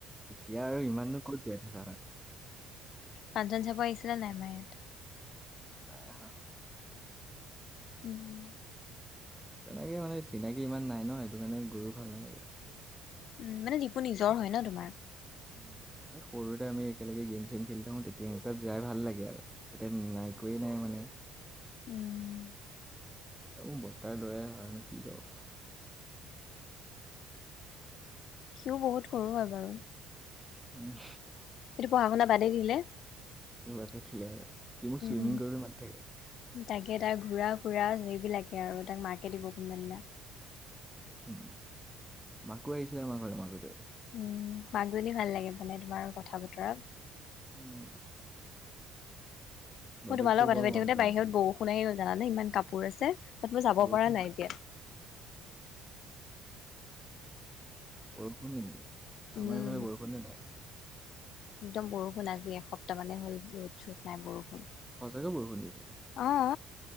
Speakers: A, in the centre; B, on the left.
A: এতিয়া আৰু ইমাননো ক'ত গাই থাকা হয়।
B: ফাংচন চাব আহিছিলা নে নাই আমাৰ ইয়াত?
A: নাই অহা।
B: উম।
A: তেনেকে মানে চিনাকি ইমান নাই ন', সেইটো কাৰণে গৈয়ো ভাল নালাগে আৰু।
B: উম, মানে নিপু নিজৰ হয় ন' তোমাৰ?
A: উম, সৰুতে আমি একেলগে গেম-চেম খেলি থাকো তেতিয়া এনেকুৱাত যাই ভাল লাগে আৰু। এতিয়া নাই একোয়ে নাই মানে।
B: উম।
A: মোৰ বৰ্তাৰ ল'ৰাই হয় আৰু নো কি ক'বা।
B: সিও বহুত সৰু হয় বাৰু।
A: উম।
B: সিটো পঢ়া-শুনা বাদেই দিলে।
A: সি বাদেই দিলে আৰু সি মোক ছুইমিং
B: উম
A: কৰিবলে মাতি থাকে।
B: তাকে তাৰ ঘুৰা-ফুৰা যিবিলাকে আৰু তাক মাকে দিব কোনোবা দিনা।
A: উম, মাকো আহিছিলে আমাৰ ঘৰলে মাজতে।
B: উম, মাকজনী ভাল লাগে মানে তোমাৰ কথা-বতৰা।
A: উম। বাপেকটো
B: মই তোমাৰ লগত কথা
A: বৰ
B: পাতি
A: মৰম
B: থাকোতে
A: কৰে
B: বাহিৰত
A: মোক।
B: বৰষুন আহি গ'ল জানা নে ইমান কাপোৰ আছে। বাত মই যাব
A: বৰষুণ
B: পৰা নাই এতিয়া।
A: বৰষুণ নেকি? আমাৰ
B: উম।
A: এইফালে বৰষুণে নাই
B: একদম বৰষুণ আজি এসপ্তাহ মানে হ'ল ৰ'দ-চ'ত নাই বৰষুণ।
A: সঁচাকৈ বৰষুণ দি আছে।
B: অ'।